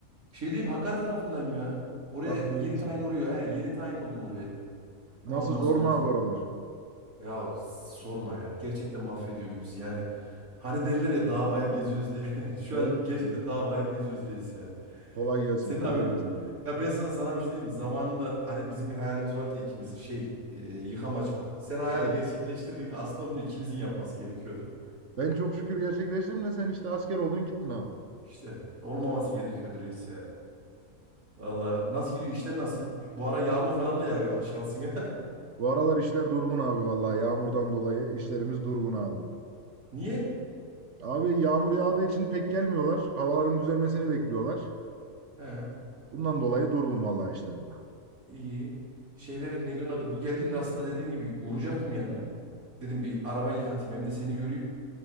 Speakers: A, on the right (about 80°); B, on the right (about 60°).
A: şeydeyim Hakkari tarafındayım ya. Oraya
B: Hakkari'desin.
A: yeni tayin oluyor. He, yeni tayin oldum oraya.
B: Nasıl
A: Ondan
B: zor
A: sonrasında
B: mu abi oralar?
A: ya sorma ya. Gerçekten mahvediyor bizi. Yani hani derler ya dağ bayır geziyoruz diye. <laughs> Şu
B: Evet,
A: an gerçekten
B: evet.
A: dağ bayır geziyoruz reis
B: Kolay gelsin,
A: Senin
B: kolay
A: abin
B: gelsin abi.
A: ya ben sana, sana bir şey diyeyim mi? Zamanında hani bizim bir hayalimiz vardı ya ikimizin şey e, yıkam açmak. Sen hayali
B: Evet.
A: gerçekleştirdin. Aslında bunu ikimizin yapması gerekiyordu.
B: Ben çok şükür gerçekleştirdim de sen işte asker oldun gittin abi.
A: İşte olmaması gerekiyordu reis ya. Valla nasıl gidiyor işler nasıl? Bu ara yağmur falan da yağıyor şansına.
B: Bu aralar işler durgun abi vallahi yağmurdan dolayı işlerimiz durgun abi.
A: <laughs> Niye?
B: Abi yağmur yağdığı için pek gelmiyorlar. Havaların düzelmesini bekliyorlar.
A: He,
B: Bundan dolayı durgun vallahi işlerim.
A: iyi. Şeyler neydi onun adı? Bu geldiğimde aslında dediğim gibi uğrayacaktım yanına. Dedim bir araba yıkatayım hem de seni göreyim.